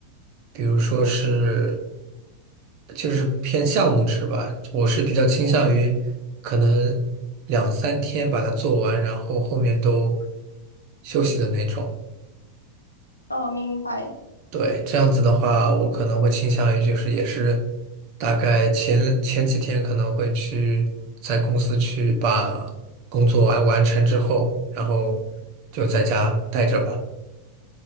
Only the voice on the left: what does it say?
嗯，
哦，明白。